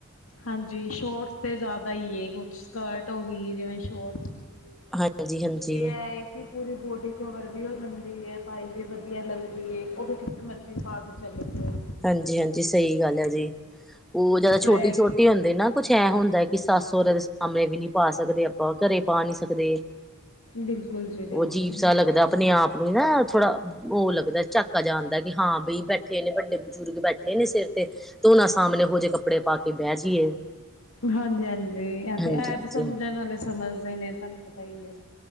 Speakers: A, on the left; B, in the centre.
A: ਹਾਂਜੀ ਸ਼ੋਰਟਸ ਤੇ ਜ਼ਿਆਦਾ ਹੀ ਕੁਛ ਸਕਰਟ ਹੋ ਗਈ ਜਿਵੇਂ ਸ਼ੋਰਟ। ਹੂੰ
B: ਹਾਂਜੀ
A: ਸੂਟ
B: ਹਾਂਜੀ
A: ਇਹ ਹੈ ਕਿ ਪੂਰੀ ਬੋਡੀ। ਕਵਰ ਵੀ ਹੋ ਜਾਂਦੀ ਹੈ ਪਾਈ ਵੀ ਵਧੀਆ ਲੱਗਦੀ ਹੈ ਉਹ ਵੀ ਕਿਤੇ ਮਰਜ਼ੀ ਪਾ ਕੇ ਚਲੇ ਜਾਓ।
B: ਹਾਂਜੀ ਹਾਂਜੀ ਸਹੀ ਗੱਲ ਹੈ ਜੀ ਉਹ ਜਿਆਦਾ
A: ਚਾਹੇ
B: ਛੋਟੀ ਛੋਟੀ ਹੁੰਦੇ ਨਾ ਕੁਛ ਐਂ ਹੁੰਦਾ ਕਿ। ਕਿ ਸੱਸ ਸਹੁਰੇ ਦੇ ਸਾਹਮਣੇ ਵੀ ਨਹੀਂ ਪਾ ਸਕਦੇ ਆਪਾਂ ਘਰੇ ਪਾ ਨਹੀਂ ਸਕਦੇ।
A: ਬਿਲਕੁਲ ਜੀ ਬਿਲਕੁਲ।
B: ਉਹ ਅਜੀਬ ਜਿਹਾ ਲੱਗਦਾ ਆਪਣੇ ਆਪ ਨੂੰ ਹੀ ਨਾ ਥੋੜਾ ਉਹ ਲੱਗਦਾ ਝੱਕ। ਝੱਕਾ ਜਿਹਾ ਆਉਂਦਾ ਕਿ ਹਾਂ ਬਈ ਬੈਠੇ ਨੇ ਵੱਡੇ। ਬਜ਼ੁਰਗ ਬੈਠੇ ਨੇ ਸਿਰ ਤੇ ਉਹਨਾਂ ਸਾਹਮਣੇ ਇਹੋ ਜਿਹੇ ਕੱਪੜੇ ਪਾ ਕੇ ਬਹਿ ਜਾਈਏ।
A: ਹਾਂਜੀ ਹਾਂਜੀ ਤੇ
B: ਹਾਂਜੀ
A: ਐ ਤਾਂ ਸਮਝਣ
B: ਜੀ
A: ਨਾਲੇ ਸਮਝਦੇ ਨੇ ਤੁਹਾਨੂੰ ਪਤਾ ਹੀ ਹੈ।